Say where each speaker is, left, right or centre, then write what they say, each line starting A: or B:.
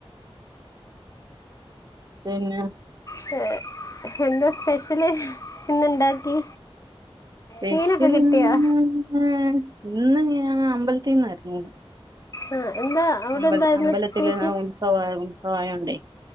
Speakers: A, on the right; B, on the left.
A: പിന്നെ
B: ഹേ എന്താ സ്പെഷ്യല് ഇന്നുണ്ടാക്കി
A: സ്പെഷ്യൽഇന്ന്ന്ന്
B: മീനൊക്കെ കിട്ടിയോ
A: ഇന്ന് ഞാ അമ്പലത്തിന്നാരുന്നു ഊണ്
B: ആ എന്താ അവിടെ
A: അമ്പ
B: എന്തായിരുന്നു
A: അമ്പലത്തി
B: പ്രത്യേകിച്ച്
A: ഉത്സവായിരുന്നു ഉത്സവായോണ്ടേ